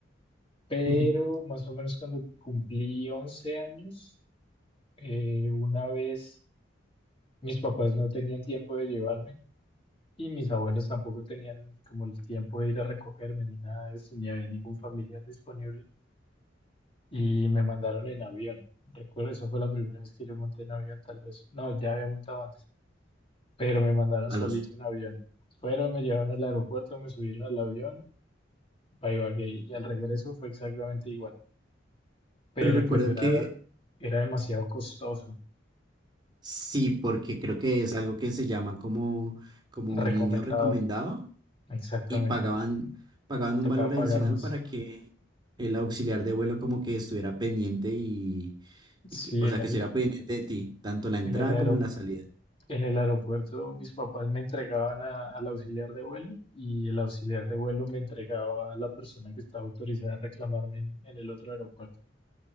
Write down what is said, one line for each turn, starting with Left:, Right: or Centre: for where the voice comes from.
Left: Pero
Right: Ujú.
Left: más o menos cuando cumplí 11 años, eh, una vez mis papás no tenían tiempo de llevarme y mis abuelos tampoco tenían como el tiempo de ir a recogerme ni nada de eso, ni había ningún familiar disponible. Y me mandaron en avión. Recuerdo, esa fue la primera vez que yo monté en avión, tal vez. No, ya había montado antes, pero me mandaron
Right: A
Left: solito
Right: los...
Left: en avión. Fueron, me llevaron al aeropuerto, me subieron al avión pa' Ibagué y al regreso fue exactamente igual, pero
Right: Pero recuerdo
Left: pues era,
Right: que
Left: era demasiado costoso,
Right: sí, porque creo que es algo que se llama como, como
Left: recomendado,
Right: niño recomendado
Left: exactamente,
Right: y pagaban, pagaban un
Left: tocaba
Right: valor adicional
Left: pagar más.
Right: para que el auxiliar de vuelo como que estuviera pendiente y, y
Left: Sí,
Right: que- o
Left: en
Right: sea,
Left: el,
Right: que estuviera pendiente de ti, tanto la entrada
Left: en el aero-
Right: como la salida.
Left: en el aeropuerto mis papás me entregaban a- al auxiliar de vuelo y el auxiliar de vuelo me entregaba a la persona que estaba autorizada a reclamarme en, en el otro aeropuerto,